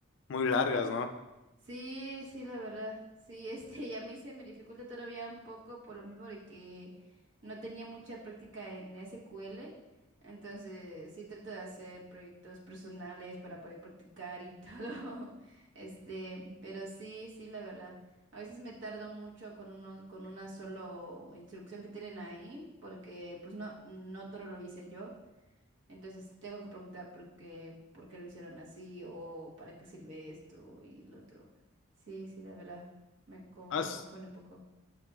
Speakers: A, on the left; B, on the right.
A: muy largas, ¿no?
B: Sí, sí, la verdad. Sí, este, <laughs> ya me hice, me dificulta todavía un poco por lo mismo de que no tenía mucha práctica en SQL. Entonces, sí trato de hacer proyectos personales para poder practicar y <laughs> todo. Este, pero sí, sí, la verdad. A veces me tardo mucho con uno, con una solo instrucción que tienen ahí, porque pues no, no todo lo hice yo. Entonces tengo que preguntar por qué, por qué lo hicieron así o para qué sirve esto y lo otro. Sí, sí, la verdad, me co-
A: ¿Has,
B: confunde un poco.